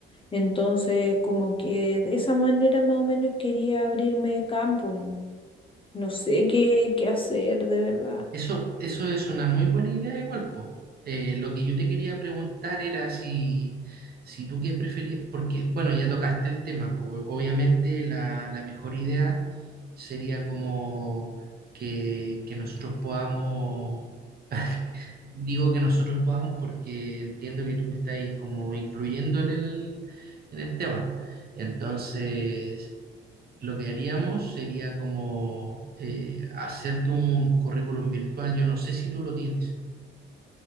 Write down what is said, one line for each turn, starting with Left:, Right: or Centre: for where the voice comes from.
Left: Entonces, como que de esa manera más o menos quería abrirme campo. No No sé qué, qué hacer de verdad.
Right: Eso, eso es una muy buena idea igual, po. Eh, lo que yo te quería preguntar era si, si tú qué preferías, porque, bueno, ya tocaste el tema, po. Obviamente la, la mejor idea sería como que, que nosotros podamos, <laughs> digo que nosotros podamos porque entiendo que tú me estás ahí como incluyendo en el, en el tema. Entonces, lo que haríamos sería como eh, hacerte un currículum virtual. Yo no sé si tú lo tienes.